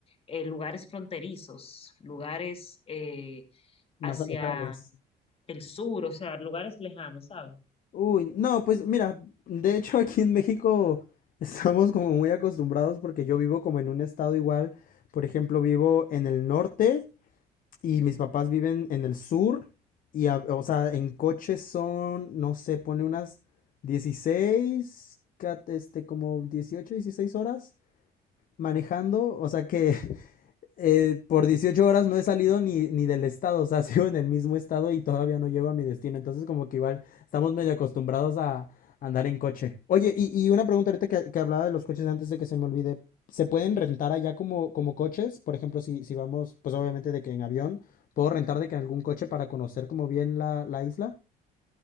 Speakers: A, on the left; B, on the left.
A: eh, lugares fronterizos, lugares eh,
B: Más
A: hacia
B: alejados.
A: el sur, o sea, lugares lejanos, ¿sabes?
B: Uy, no, pues mira, de hecho <laughs> aquí en México estamos como muy acostumbrados porque yo vivo como en un estado igual, por ejemplo, vivo en el norte y mis papás viven en el sur y, a- o sea, en coche son, no sé, pone unas 16, cat- este, como 18, 16 horas manejando, o sea que eh, por 18 horas no he salido ni, ni del estado, o sea, <laughs> sigo en el mismo estado y todavía no llego a mi destino. Entonces, como que igual estamos medio acostumbrados a andar en coche. Oye, y, y una pregunta ahorita que, que hablaba de los coches antes de que se me olvide. ¿Se pueden rentar allá como, como coches? Por ejemplo, si, si vamos, pues obviamente de que en avión, ¿puedo rentar de que algún coche para conocer como bien la, la isla?